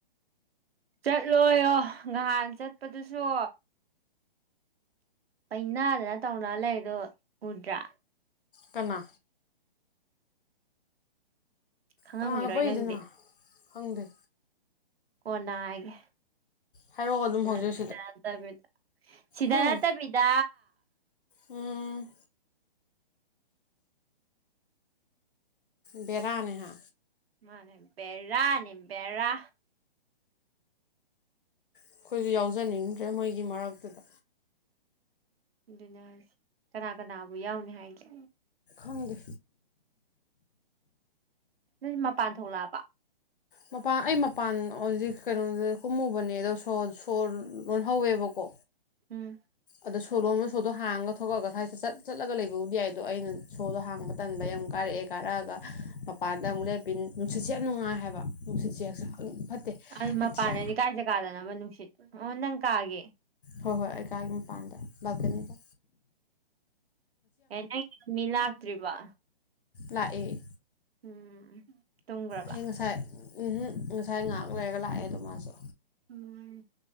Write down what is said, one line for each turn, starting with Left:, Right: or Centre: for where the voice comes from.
Right: ꯆꯠꯂꯣꯌꯣ ꯉꯍꯥꯟ ꯆꯠꯄꯗꯨꯁꯨ ꯄꯩꯅꯗꯅ ꯇꯧꯅ ꯂꯩꯔꯤꯗꯣ ꯎꯗ꯭ꯔꯥ
Left: ꯀꯅꯥ
Right: ꯈꯪꯉꯝꯒꯤꯔꯣꯏ
Left: ꯀꯅꯥꯅꯣ ꯄꯛꯏꯗꯨꯅ
Right: ꯅꯪꯗꯤ
Left: ꯈꯪꯗꯦ
Right: ꯀꯣꯟꯅ ꯍꯥꯏꯒꯦ
Left: ꯍꯥꯏꯔꯛꯑꯣ ꯑꯗꯨꯝ
Right: ꯁꯤꯗ
Left: ꯍꯧꯖꯤꯛ
Right: ꯁꯤꯗ ꯅꯠꯇꯕꯤꯗ ꯁꯤꯗ
Left: ꯍꯨꯝ
Right: ꯅꯠꯇꯕꯤꯗ
Left: ꯎꯝ ꯕꯦꯔꯥ ꯅꯦꯍꯥ
Right: ꯃꯥꯅꯦ ꯕꯦꯔꯥꯅꯦ ꯕꯦꯔꯥ
Left: ꯑꯩꯈꯣꯏꯁꯨ ꯌꯥꯎꯖꯅꯤꯡꯗ꯭ꯔꯦ ꯃꯣꯏꯒꯤ ꯃꯔꯛꯇꯨꯗ
Right: ꯑꯗꯨꯅꯦ ꯍꯥꯢꯁꯦ- ꯀꯅꯥ ꯀꯅꯥꯕꯨ ꯌꯥꯎꯅꯤ ꯍꯥꯏꯒꯦ
Left: ꯈꯪꯗꯦ
Right: ꯅꯣꯏ ꯃꯄꯥꯟ ꯊꯣꯛꯂꯛꯑꯕ
Left: ꯃꯄꯥꯟ ꯑꯩ ꯃꯄꯥꯟ ꯍꯧꯖꯤꯛ ꯀꯩꯅꯣꯗ ꯀꯨꯝꯃꯨꯕꯅꯦ ꯑꯗꯣ ꯁꯣ ꯁꯣ ꯂꯣꯟꯍꯧꯋꯦꯕꯀꯣ
Right: ꯎꯝ
Left: ꯑꯗꯣ ꯁꯣ ꯂꯣꯟꯕꯗꯣ ꯁꯣꯗꯣ ꯍꯥꯡꯉꯒ ꯊꯣꯛꯂꯛꯑꯒ ꯁ꯭ꯋꯥꯏꯗ ꯆꯠ ꯆꯠꯂꯒ ꯂꯩꯕꯕꯨꯗꯤ ꯌꯥꯏꯗꯣ ꯑꯩꯅ ꯁꯣꯗꯣ ꯍꯥꯡꯕ ꯇꯟꯕꯩ ꯑꯃꯨꯛ ꯀꯥꯔꯛꯑꯦ ꯀꯥꯔꯛꯑꯒ ꯃꯄꯥꯟꯗ ꯑꯃꯨꯛꯂꯦꯞꯄꯤ ꯅꯨꯡꯁꯤꯠꯁꯦ ꯌꯥꯝ ꯅꯨꯡꯉꯥꯏ ꯍꯥꯏꯕ ꯅꯨꯡꯁꯤꯠꯁꯦ ꯍꯛꯆꯥꯡ ꯐꯠꯇꯦ
Right: ꯑꯗꯨ ꯃꯄꯥꯟꯗꯗꯤ
Left: ꯍꯛꯆꯥ
Right: ꯀꯥꯏ ꯖꯒꯗꯅꯣꯕ ꯅꯨꯡꯁꯤꯠ ꯑꯣ ꯅꯪ ꯀꯥꯒꯤ
Left: ꯍꯣꯏ ꯍꯣꯏ ꯑꯩ ꯀꯥꯒꯤ ꯃꯄꯥꯟꯗ ꯂꯛꯀꯅꯤꯗ
Right: ꯑꯦ ꯅꯪ ꯃꯤ ꯂꯥꯛꯇ꯭ꯔꯤꯕꯥ
Left: ꯂꯥꯛꯑꯦ
Right: ꯎꯝ ꯇꯨꯝꯒ꯭ꯔꯕ
Left: ꯑꯩ ꯉꯁꯥꯏ ꯎꯝꯍꯨꯝ ꯉꯁꯥꯏ ꯉꯥꯏꯍꯥꯛ ꯂꯩꯔꯒ ꯂꯥꯛꯑꯦ ꯑꯗꯨꯝ ꯃꯥꯁꯨ
Right: ꯎꯝ